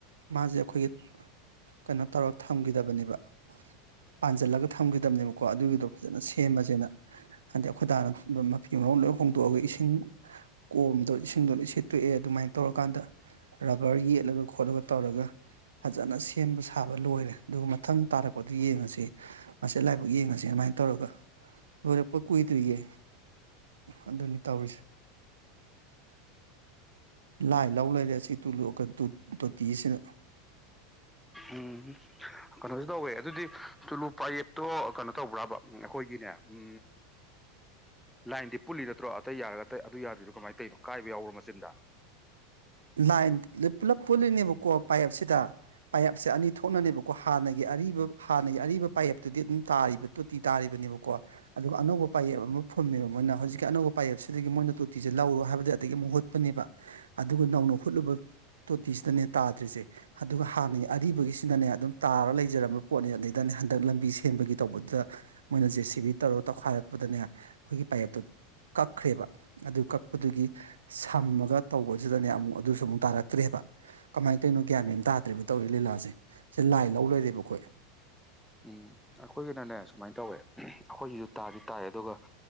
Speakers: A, on the right; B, in the centre.
A: ꯃꯥꯁꯦ ꯑꯩꯈꯣꯏꯒꯤ ꯀꯩꯅꯣ ꯇꯧꯔ ꯊꯝꯈꯤꯗꯕꯅꯦꯕ ꯄꯥꯟꯁꯤꯜꯂꯒ ꯊꯝꯈꯤꯗꯕꯅꯦꯕꯀꯣ ꯑꯗꯨꯒꯤꯗꯣ ꯐꯖꯅ ꯁꯦꯝꯃꯁꯦꯅ ꯍꯥꯏꯗꯤ ꯑꯩꯈꯣꯏꯗꯥꯅ ꯃꯐꯤ ꯃꯔꯣꯡ ꯂꯣꯏ ꯍꯣꯡꯗꯣꯛꯑꯒ ꯏꯁꯤꯡ ꯀꯣꯝꯗꯣ ꯏꯁꯤꯡꯗꯣ ꯂꯣꯏ ꯁꯤꯦꯠꯇꯣꯛꯑꯦ ꯑꯗꯨꯃꯥꯏꯅ ꯇꯧꯔꯀꯥꯟꯗ ꯔꯕꯔ ꯌꯦꯠꯂꯒ ꯈꯣꯠꯂꯒ ꯇꯧꯔꯒ ꯐꯖꯅ ꯁꯦꯝꯕ ꯁꯥꯕ ꯂꯣꯏꯔꯦ ꯑꯗꯨꯒ ꯃꯊꯪ ꯇꯥꯔꯛꯄꯗ ꯌꯦꯡꯉꯁꯤ ꯃꯁꯤꯦ ꯂꯥꯏꯕꯛ ꯌꯦꯡꯉꯁꯤ ꯑꯗꯨꯃꯥꯏꯅ ꯇꯧꯔꯒ ꯂꯣꯏꯔꯛꯄ ꯀꯨꯏꯗ꯭ꯔꯤꯌꯦ ꯑꯗꯨꯅꯤ ꯇꯧꯔꯤꯁꯦ ꯂꯥꯏ ꯂꯧ ꯂꯩꯔꯦ ꯑꯁꯤ ꯇꯨ ꯇꯣꯇꯤꯁꯤꯅ
B: ꯎꯝ ꯀꯩꯅꯣꯁꯨ ꯇꯧꯋꯦ ꯑꯗꯨꯗꯤ ꯇꯨꯂꯨ ꯄꯥꯌꯦꯞꯇꯣ ꯀꯩꯅꯣ ꯇꯧꯕ꯭ꯔꯥꯕ ꯑꯩꯈꯣꯏꯒꯤꯅꯦ ꯎ ꯂꯥꯏꯟꯗꯤ ꯄꯨꯜꯂꯤ ꯅꯠꯇ꯭ꯔꯣ ꯑꯇꯩ ꯌꯥꯔꯒ ꯑꯇꯩ ꯑꯗꯨ ꯌꯥꯗꯣꯏꯔꯤꯗꯣ ꯀꯃꯥꯏꯅ ꯇꯧꯔꯤꯅꯣ ꯀꯥꯏꯕ ꯌꯥꯎꯕꯣ ꯃꯆꯤꯟꯗ
A: ꯂꯥꯏꯟ ꯄꯨꯂꯞ ꯄꯣꯂꯤꯅꯤꯕ ꯀꯣ ꯄꯥꯏꯌꯦꯞꯁꯤꯗ ꯄꯥꯏꯌꯦꯞꯁꯦ ꯑꯅꯤ ꯊꯣꯛꯅꯅꯦꯕꯀꯣ ꯍꯥꯟꯅꯒꯤ ꯑꯔꯤꯕ ꯍꯥꯟꯅꯒꯤ ꯑꯔꯤꯕ ꯄꯥꯏꯌꯦꯞꯇꯨꯗꯤ ꯑꯗꯨꯝ ꯇꯥꯔꯤꯕ ꯇꯣꯇꯤ ꯇꯥꯔꯤꯕꯅꯦꯕꯀꯣ ꯑꯗꯨꯒ ꯑꯅꯧꯕ ꯄꯥꯌꯦꯞ ꯑꯃ ꯐꯨꯝꯃꯦꯕ ꯃꯣꯏꯅ ꯍꯧꯖꯤꯛꯀꯤ ꯑꯅꯧꯕ ꯄꯥꯏꯌꯦꯞꯁꯤꯗꯒꯤ ꯃꯣꯏꯅ ꯇꯣꯇꯤꯤꯁꯦ ꯂꯧꯔꯣ ꯍꯥꯏꯕꯗꯤ ꯑꯗꯒꯤ ꯑꯃꯨꯛ ꯍꯨꯠꯄꯅꯦꯕ ꯑꯗꯨꯒ ꯅꯧꯎꯅ ꯍꯣꯠꯂꯨꯕ ꯗꯤꯁꯗꯅꯦ ꯇꯥꯗ꯭ꯔꯤꯁꯦ ꯑꯗꯨꯒ ꯍꯥꯟꯅ ꯑꯔꯤꯕꯒꯤꯁꯤꯅꯅꯦ ꯑꯗꯨꯝ ꯇꯥꯔ ꯂꯩꯖꯔꯝꯕ ꯄꯣꯠꯅꯤ ꯑꯗꯨꯗꯩꯗꯅꯦ ꯍꯟꯗꯛ ꯂꯝꯕꯤ ꯁꯦꯝꯕꯒꯤ ꯇꯧꯕꯗꯨꯗ ꯃꯣꯏꯅ ꯖꯦ ꯁꯤ ꯕꯤ ꯇꯧꯔꯣ ꯇꯧꯈꯥꯏꯔꯛꯄꯗꯅꯦ ꯑꯩꯈꯣꯏꯒꯤ ꯄꯥꯏꯞꯇꯨ ꯀꯛꯈ꯭ꯔꯦꯕ ꯑꯗꯨ ꯀꯛꯄꯗꯨꯒꯤ ꯁꯝꯃꯒ ꯇꯧꯕ ꯁꯤꯗꯅꯦ ꯑꯃꯨꯛ ꯑꯗꯨꯁꯨ ꯑꯃꯨꯛ ꯇꯥꯔꯛꯇ꯭ꯔꯦꯕ ꯀꯃꯥꯏꯅ ꯇꯧꯔꯤꯅꯣ ꯒ꯭ꯌꯥꯟ ꯃ ꯇꯥꯗ꯭ꯔꯔꯤꯕꯕ ꯇꯧꯔꯤ ꯂꯤꯂꯥꯁꯦ ꯁꯤ ꯂꯥꯏ ꯂꯧ ꯂꯣꯏꯔꯦꯕꯈꯣꯣꯏ
B: ꯎꯝ ꯑꯩꯈꯣꯏꯒꯤꯅꯅꯦ ꯁꯨꯃꯥꯏꯅ ꯇꯧꯋꯦ ꯑꯩꯈꯣꯏꯁꯤꯁꯨ ꯇꯥꯗꯤ ꯇꯥꯏ ꯑꯗꯨꯒ